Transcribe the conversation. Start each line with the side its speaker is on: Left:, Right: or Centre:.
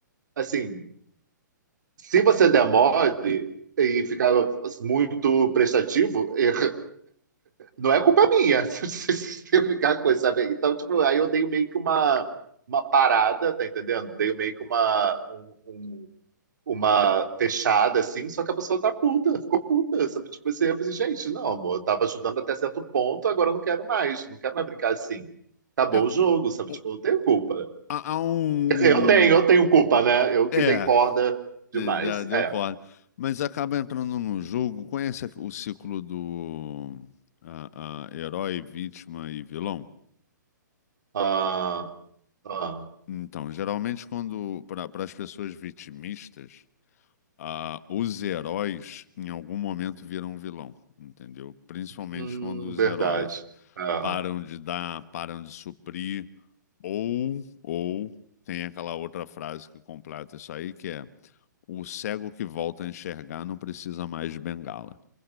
Right: Assim, se você demore e ficar muito prestativo, eh, não é culpa minha <laughs> se eu ficar com isso, sabe? Então, tipo, aí eu dei meio que uma, uma parada, tá entendendo? Dei meio que uma, um- um- uma fechada, assim, só que a pessoa tá puta, ficou puta, sabe? Tipo, assim, eu falei, gente, não, amor, eu tava ajudando até certo ponto, agora eu não quero mais, não quero mais brincar assim. Acabou
Left: É,
Right: o jogo, sabe? Tipo,
Left: o-
Right: eu não tenho culpa.
Left: há há um,
Right: Quer dizer, eu tenho, eu tenho
Left: um-
Right: culpa, né? Eu que
Left: É,
Right: dei corda demais.
Left: de- da- deu
Right: É.
Left: corda. Mas acaba entrando num jogo. Conhece aqu- o ciclo do ah, ah, herói, vítima e vilão?
Right: Ah, Ah,
Left: Então, geralmente, quando para as pessoas vitimistas, ah, os heróis em algum momento viram vilão, entendeu? Principalmente
Right: hum,
Left: quando os
Right: verdade.
Left: heróis
Right: Ah,
Left: param de dar, param de suprir, ou, ou tem aquela outra frase que completa isso aí, que é o cego que volta a enxergar não precisa mais de bengala.